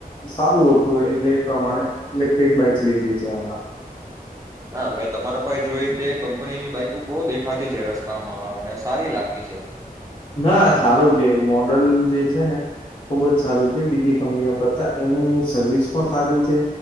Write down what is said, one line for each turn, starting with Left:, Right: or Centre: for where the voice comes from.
Left: સારું હતું એટલે એ પ્રમાણે ઇલેક્ટ્રિક બાઈક લીધી છે હમણાં
Right: ના મેં તમારા પાહે જોઈ તે કંપનીની બાઈકુ બહુ દેખાતી છે રસ્તામાં અને સારી લાગતી છે.
Left: ના સારું છે મોડલ જે છે ને ખુબ જ સારું છે. બીજી કંપનીઓ કરતા એની સર્વિસ પણ સારી છે.